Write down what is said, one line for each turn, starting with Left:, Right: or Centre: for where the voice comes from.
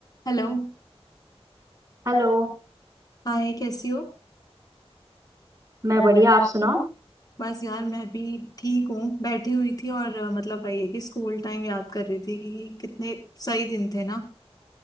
Left: Hello
Right: हेलो
Left: Hi कैसी हो
Right: मैं बढ़िया आप सुनाओ
Left: बस यार मैं भी ठीक हूँ बैठी हुई थी और अ, मतलब वही है कि स्कूल टाइम याद कर रही थी कि कितने सही दिन थे ना